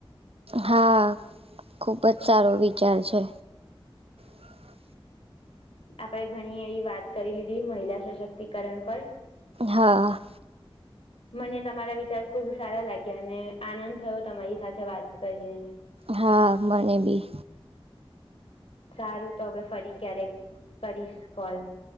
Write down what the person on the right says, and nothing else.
હા, ખૂબ જ સારો વિચાર છે. હા
હા.
હા, મને બી.